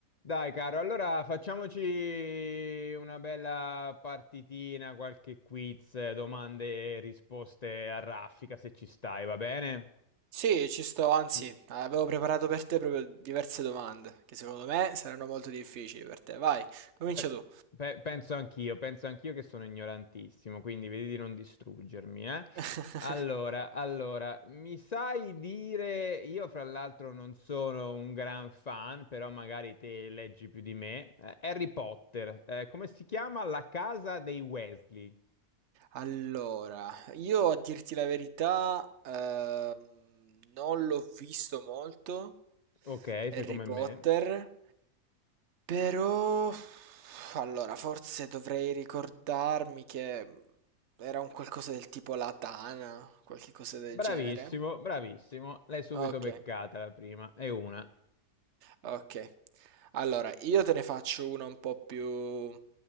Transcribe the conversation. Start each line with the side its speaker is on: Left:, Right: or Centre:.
Left: Dai, caro, allora facciamoci una bella partitina, qualche quiz, eh, domande e risposte a raffica, se ci stai, va bene?
Right: Sì, ci sto, anzi,
Left: Sì.
Right: avevo preparato per te proprio diverse domande, che secondo me saranno molto difficili per te. Vai, comincia
Left: Beh,
Right: tu.
Left: pe- penso anch'io, penso anch'io che sono ignorantissimo, quindi vedi di non distruggermi, eh.
Right: <laughs>
Left: Allora, allora, mi sai dire, io fra l'altro non sono un gran fan, però magari te leggi più di me, eh, Harry Potter, eh, come si chiama? La casa dei Weasley.
Right: Allora, io a dirti la verità, ehm, non l'ho visto molto,
Left: Ok,
Right: Harry
Left: sei come
Right: Potter,
Left: me.
Right: però, allora, forse dovrei ricordarmi che era un qualcosa del tipo la tana, qualche cosa del
Left: Bravissimo,
Right: genere.
Left: bravissimo, l'hai subito
Right: Ok.
Left: beccata la prima, e una.
Right: Ok, allora io te ne faccio una un po' più